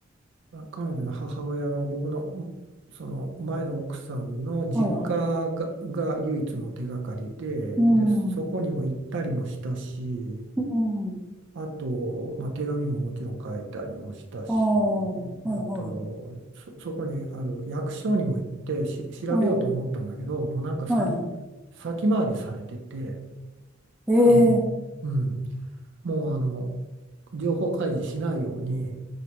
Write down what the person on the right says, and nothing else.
彼女の母親の僕のその前の奥さんの実家が、
が唯一の手がかりで、
で、そこにも行ったりもしたし、
あと、まあ、手紙ももちろん書いたりもしたし、
あと、そ、そこにある役所にも行ってし調べようと思ったんだけど、
もうなんかさ、
先回りされてて、
あの、
うん、もうあの、情報開示しないように、